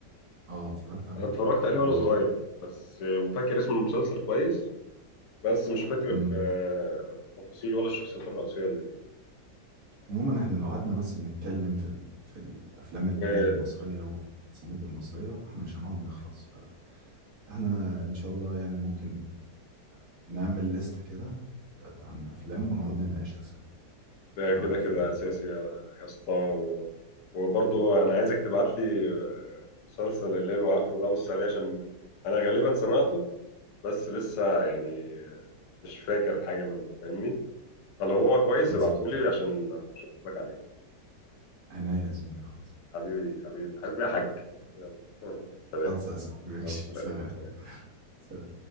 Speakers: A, on the right; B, on the left.
A: اه اتفرجت عليه
B: أنا اتفرجت عليه
A: او
B: وأنا صغير بس وفاكر اسم المسلسل كويس بس مش فاكر
A: امم
B: آه، التفاصيل ولا الشخصيات الرئيسية اللي
A: عموما احنا لو قعدنا بس نتكلم في ال... في الافلام اللي
B: فيه
A: هي المصريه والمسلسلات المصريه احنا مش هنقعد نخلص فاحنا ان شاء الله يعني ممكن نعمل لستة كده آه، عن افلام ونقعد نناقشها سوا
B: ده
A: ايه
B: كده
A: رايك
B: كده
A: في الموضوع
B: اساسي
A: ده
B: يا يا اسطى و... وبرضه انا عايزك تبعت لي آه، مسلسل الليل واخره ده بص عليه عشان انا غالبا سمعته بس لسه يعني مش فاكر حاجه منه فاهمني فلو هو كويس
A: خلص
B: ابعته
A: من
B: لي عشان اشوفك عليه
A: عينيا يا زميلي خلص
B: حبيبي حبيبي حبيبي يا حاج يلا <laughs> سلام
A: خلص يا صاحبي ماشي
B: مع السلامه
A: سلام سلام.